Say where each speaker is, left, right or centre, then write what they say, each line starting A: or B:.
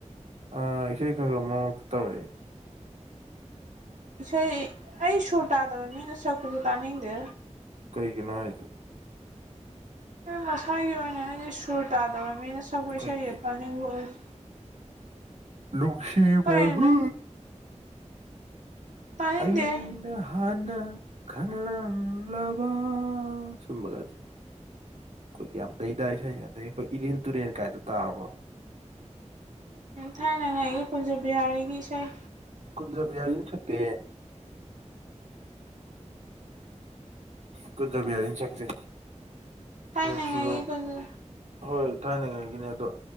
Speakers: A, on the right (about 65°); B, on the right (about 85°).
A: ꯑ ꯏꯁꯩ ꯈꯔꯒ ꯃꯡꯛꯇ ꯇꯧꯔꯤꯦ
B: ꯏꯁꯩ ꯑꯩ ꯁꯨꯔ ꯇꯥꯗꯕ ꯃꯤꯅ ꯁꯛꯄꯁꯨ ꯇꯥꯅꯤꯡꯗꯦ
A: ꯀꯩꯒꯤꯅꯥꯁꯨ
B: ꯃꯁꯥꯒꯤ ꯑꯣꯏꯅ ꯑꯩꯗꯤ ꯁꯨꯔ ꯇꯥꯗꯕ ꯃꯤꯅ ꯁꯛꯄ ꯏꯁꯩꯁꯦ
A: ꯑꯩꯈꯣꯏꯒꯤ
B: ꯇꯥꯅꯤꯡꯕ ꯑꯣꯏꯁ
A: ꯅꯨꯡꯁꯤꯕ
B: ꯀꯩꯅꯣ
A: ꯍꯨ
B: ꯇꯥꯅꯤꯡꯗꯦ
A: ꯑꯩꯅ ꯍꯥꯟꯅ ꯈꯕ ꯁꯨꯝꯕꯒꯁꯦ ꯑꯩꯈꯣꯏꯒꯤ ꯌꯥꯝ ꯂꯩꯗꯥ ꯏꯁꯩ ꯑꯗꯗꯒꯤ ꯑꯩꯈꯣꯏ ꯏꯔꯦꯟ ꯇꯨꯔꯦꯟ ꯀꯥꯏꯗ ꯇꯥꯔꯕꯣ
B: ꯊꯥꯏꯅꯉꯥꯏ ꯑꯩꯒꯤ ꯀꯨꯟꯖ ꯕꯤꯍꯥꯔꯤꯒꯤ ꯏꯁꯩ
A: ꯀꯨꯟꯖꯕꯤꯌꯥꯔꯤꯅ ꯁꯠꯇꯦ ꯀꯟꯗꯔ ꯤ ꯌꯥꯗꯤꯅ ꯁꯛꯇ
B: ꯊꯥꯏꯅꯉꯥꯏꯒꯤ
A: ꯅꯨꯡꯁꯤꯕ
B: ꯀꯨꯟꯖ
A: ꯍꯣꯏ ꯀꯥꯏꯅꯤꯡꯉꯥꯏ ꯒꯤꯅꯤ ꯑꯗꯣ